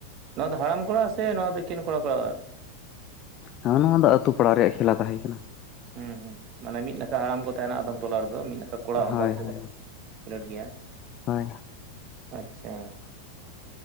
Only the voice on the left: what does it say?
ᱦᱮᱸ ᱱᱚᱣᱟ ᱫᱚ ᱟᱹᱛᱩ ᱯᱟᱲᱟ ᱨᱮᱭᱟᱜ ᱠᱷᱮᱞᱟ ᱛᱟᱦᱮᱸ ᱠᱟᱱᱟ
ᱦᱳᱭ
ᱦᱳᱭ
ᱦᱳᱭ <inaudible>